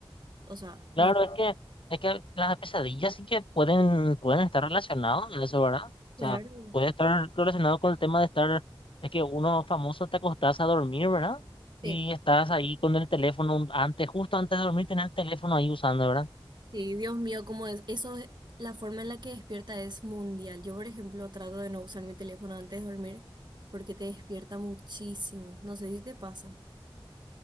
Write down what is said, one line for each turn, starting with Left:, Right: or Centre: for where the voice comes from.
Right: O sea,
Left: Claro,
Right: no es.
Left: es que, es que las pesadillas sí que pueden, pueden estar relacionadas en eso, ¿verdad? O
Right: Claro,
Left: sea, puede estar relacionado con el tema de estar, es que uno famoso te acostás a dormir, ¿verdad?
Right: sí.
Left: Y estás ahí con el teléfono antes, justo antes de dormir, tener el teléfono ahí usando, ¿verdad?
Right: Sí, Dios mío, como es, eso, es- la forma en la que despierta es mundial. Yo, por ejemplo, trato de no usar mi teléfono antes de dormir porque te despierta muchísimo. No sé si te pasa.